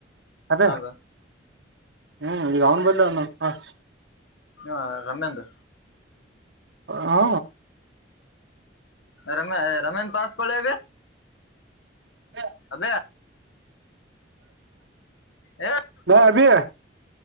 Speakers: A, on the right (about 70°); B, on the left (about 85°).
A: ಅದ
B: ಹೌದು
A: ಹ್ಮ್ ಈಗ ಅವ್ನು ಬದಲಿ ಅವ್ನ್ ಪಾಸ್
B: ಹಾ ರಮ್ಯಾದ್
A: ಹಾ
B: ರಮ ರಮ್ಯಾನ್ ಪಾಸ್ ಕೊಳ್ಳ ಅಬಿ
A: ಹಾಂ
B: ಅದೇ ಏ
A: ಲೋ ಅಭಿ